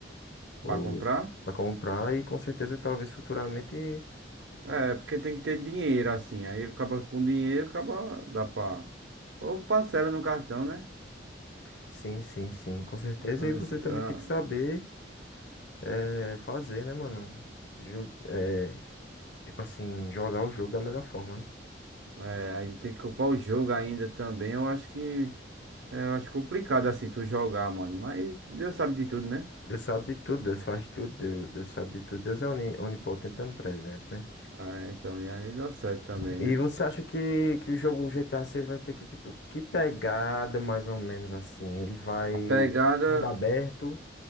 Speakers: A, on the left (about 60°); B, on the right (about 75°).
A: o
B: Pra comprar?
A: para comprar e com certeza talvez futuramente.
B: É, porque tem que ter dinheiro assim. Aí acaba com dinheiro, acaba dá pra. Ou parcela no cartão, né?
A: Sim, sim, sim, com certeza.
B: Eu
A: E
B: não
A: você
B: sei,
A: também
B: ah,
A: tem que saber eh, fazer, né, mano? Ju- eh, tipo assim, jogar o jogo da melhor forma, né?
B: é, aí tem que comprar o jogo ainda também. Eu acho que. é, eu acho complicado assim tu jogar, mano. Mas Deus sabe de tudo, né?
A: Deus sabe de tudo, Deus faz tudo, Deus, Deus sabe de tudo. Deus é oni- onipotente, onipresente, né?
B: É, então, e aí dá certo também,
A: E
B: né?
A: você acha que, que o jogo GTA 6 vai ter que, tipo, que pegada mais ou menos assim? Ele vai
B: A pegada.
A: mundo aberto?